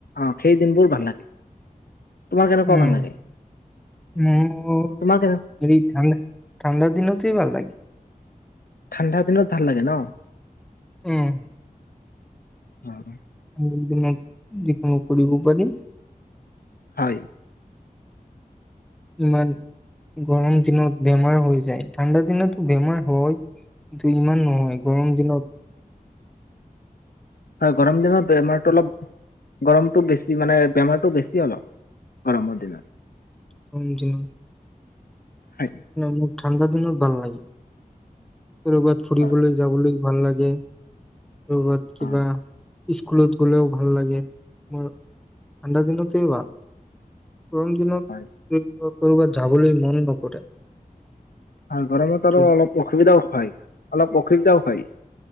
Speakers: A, on the left; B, in the centre.
A: অ সেই দিনবোৰ ভাল লাগে তোমাৰ কেনেকুৱা
B: উম
A: ভাল লাগে
B: উ
A: তোমাৰ কেনে
B: এই ঠাণ্ডা ঠাণ্ডাৰ দিনতে ভাল লাগে
A: ঠাণ্ডা দিনত ভাল লাগে ন
B: উম
A: অ <inaudible>
B: দিন বিলাক যিকোনো কৰিব পাৰি
A: হয়
B: ইমান গৰম দিনত বেমাৰ হৈ যায় ঠাণ্ডা দিনতো বেমাৰ হয় ইমান নহয় গৰম দিনত
A: হয় গৰম দিনত বেমাৰতটো অলপ গৰমটো বেছি মানে বেমাৰ টো বেছি অলক কৰাম দিিন
B: সমজ ন
A: হয়
B: ন ঠাণ্ডা দিনো ভাল লাগে ক'ৰবাত ফুৰিবলৈ
A: হয়
B: যাবলৈ ভাল লাগে ব কিবা
A: অ
B: স্কুলত গ'লেও ভাল লাগে তোমাৰ ঠাণ্ডা দিনতে ভাল গৰম দিনত
A: হয়
B: কৰ'ৰবাত যাবলৈ মন নকৰে
A: হয় গৰমত আৰু
B: উম
A: অলপ অসুবিধাও হয় অলপ অসুবিধাও হয়